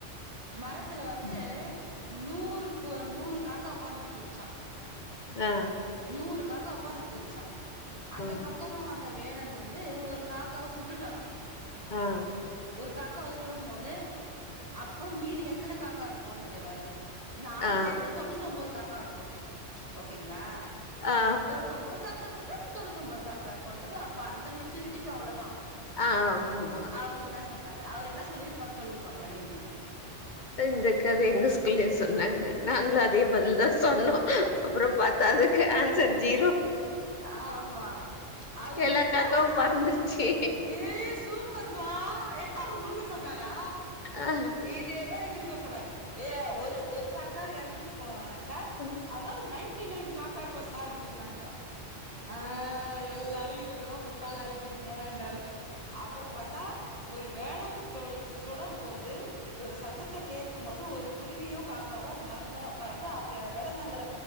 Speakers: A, on the right; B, on the left.
A: மரத்துல வந்து
B: ம்
A: நூறுக்கு நூறு காக்க உக்காந்துட்ருஞ்சா
B: ஆ
A: நூறு காக்கா ஒக்காந்துட்ருஞ்ச்சா அந்த
B: ம்
A: பக்கமா வந்த வேடன் வந்து ஒரு காக்காவ சு சுட்டுட்டாரா
B: ஆ
A: ஒரு காக்காவ சுடம் போது அப்புறம் மீதி எத்தன காக்கா இருக்கோன்னது எல்லாருமே நானு
B: ஆ
A: சேந்து தொண்ணூத்தொம்பது காக் கான்டோ ப்ச் ஓகேங்களா
B: ஆ
A: தொண்ணுத்தொம்போர் காக்கா சுட்டாத் தொண்ணூதொம்பது காக் காருகொண்றது அப்ப அந்த மெச்சூரிட்டிக்கு அவ்ளதா
B: ஆ ஆமா
A: அவரு இன்னா சொன்னாரு அவரு என்னா சொல்லியிருப்பாரு சொல்லுங்க பாக்லா நீங்க
B: ஆஹ் இந்த கத எங்க ஸ்கூல்லயு சொன்னாங்க நாங்ளு அதே பதில்தா சொன்னோ அப்புறம் பாத்தா அதுக்கு ஆன்சர் ஜீரோ
A: ஆம்மா அதுக்கு
B: எல்லா
A: வந்து
B: காக்காவு பறந்துருச்சு
A: ஆஹ் ஏய் சூப்பர் பா உங்களுக்கு சொன்னாரா
B: ஆ
A: இது தா எங்களுக்கு சொன்னாரு ஏ ஒரு ஒரு காக்கா எறந்துட் டு கோஸ் சார்
B: ம்
A: அதனால நைன்டி நைன் காக்கா இருக்கு சார்ன்னது நாங்க க ஆஹ் எல்லாரு இதுலதா முட்டாளாயிட் டீங்கன்னாரு அப்புரோ பார்த்தா ஒரு வேடன் தொ சுடம்போது ஒரு சத்தத்த கேட்கும் போது ஒரு குருவியோ காக்காவோ அந்த மரத் துமேல உக்காராது அவுங்க வேடந்தாங்கள